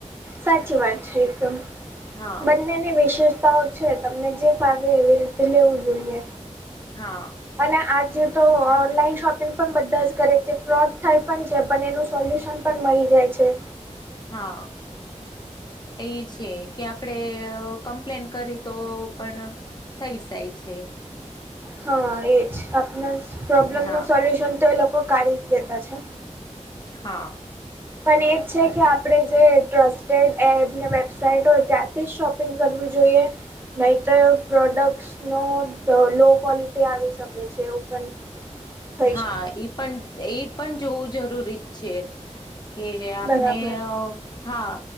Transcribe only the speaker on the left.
હા.
હા.
હા. એ છે કે આપડે કમ્પ્લેન કરી તો પણ થઈ જાય છે.
હા
હા.
હમ.
હા
એ પણ એ પણ જોવું જરૂરી છે. કે આપને
હા.